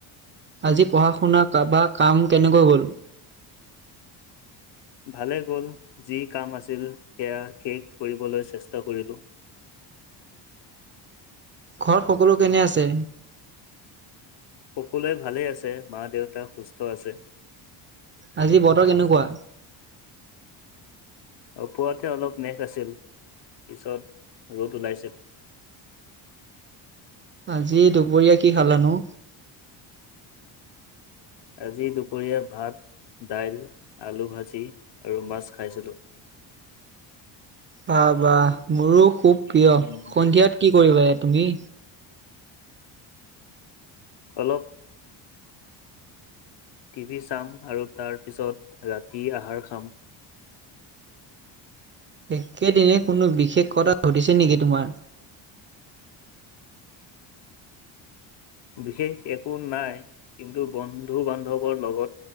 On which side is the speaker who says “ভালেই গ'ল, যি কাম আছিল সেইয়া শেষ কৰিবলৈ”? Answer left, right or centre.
Left